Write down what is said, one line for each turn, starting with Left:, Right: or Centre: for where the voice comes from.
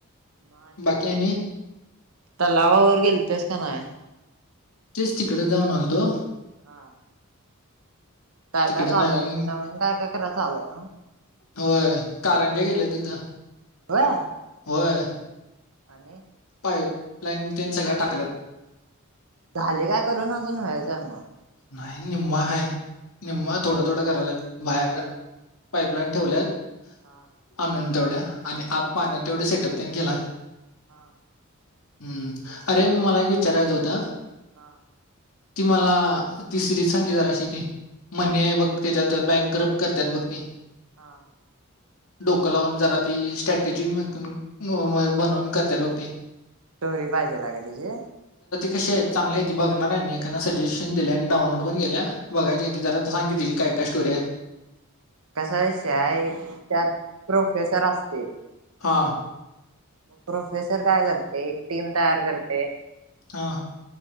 Right: मा
Left: बाकी आणि
Right: तलावावरर गेल तेस का नाय?
Left: तेच तिकडे जाऊन आलतो.
Right: हा. काय
Left: तिकडे
Right: काय चालू
Left: नवीन,,
Right: आहे मग काय काय कराय चालू आहे नव्ह?
Left: होय,, कारांज केल्यात, तीथ
Right: हय,
Left: होय,
Right: आणि,
Left: पाईप लाईन टन सगळ्या टाकल्यात.
Right: झाले काय करून अजून व्हायचं मग?
Left: नाही,, निम्वा हाय,, निम्मा थोडं, थोडं करालात,, बाहेर पाईपलाईन ठेवल्यात.
Right: हा,
Left: आणून तेवढ्या,, आणि आत
Right: हा
Left: पाण्या तेवढ्या सेटअप केलाय.
Right: हा,
Left: हम्म, अरे मला एक विचारायचं होतं?
Right: हा,
Left: ती मलाऽऽ तिसरीच सांगी जरा शी ती,, म्हणणे बघ त्याच्यात बँकरप करतात बघ ती.
Right: हा,
Left: डोकं लावून जरा ती स्ट्रॅटेजीक बनवून करतात बघ ती,,
Right: स्टोरी पाहिजेल आय का तची,
Left: कसी आहेत चांगले ती,, बघणार आहे मी,, एकान सजेशन दिल्या आणि डाऊनलोड पण केल्या,, बघायचीय
Right: हा.
Left: ती जरा तर सांग की तिचीी काय, काय स्टोरी आय,,,
Right: कसा विषय एक त्यात प्रोफेसर असते.
Left: हा
Right: मग प्रोफेसर काय करते एक टीम तयार करते
Left: हा.